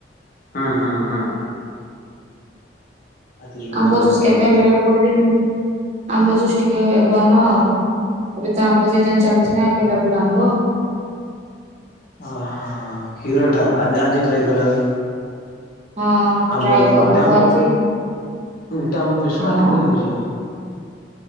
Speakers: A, on the left (about 55°); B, on the right (about 40°).
A: ହୁଁ ହୁଁ ହୁଁ। ଆଜି ରୁ
B: ଆମ୍ବ
A: ବନେଇବା
B: ଯୋଉ ସ୍କେଦେଲେ
A: ଆଗ ଯେନ୍ତୁ
B: ଗୋଟେ ଦିନ ଆମ୍ବ ଜୁଷ ଟିକେ ବନ ଆଉ ଏବେ ତ ଆମ୍ବ ସିଜିନ ଚାଲିଚି ନା ଏଭେଲେବୁଲ ଆମ୍ବ
A: ଓ ହୋ କ୍ଷୀର ଟା ଆଜି ଆଜି ଟ୍ରାଏ କରିବା।
B: ହଁ
A: ଆମ୍ବ
B: ଟ୍ରାଏ କରନ୍ତୁ
A: ଗୋଟେ ଆମ୍ବ
B: ଆଜି
A: ଗୋଟେ ଆମ୍ବ ପିସୁ
B: ହଁ
A: କାଟିକରି ହେଇଯିବ।